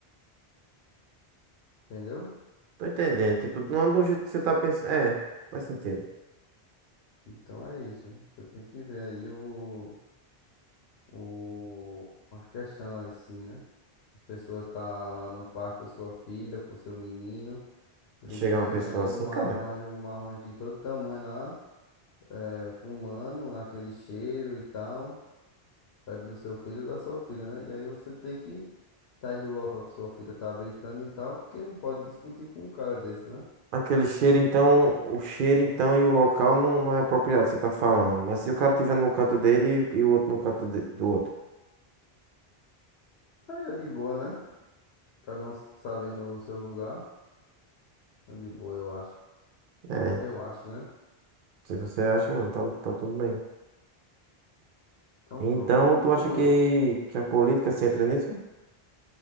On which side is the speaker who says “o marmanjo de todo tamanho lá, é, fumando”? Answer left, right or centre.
Left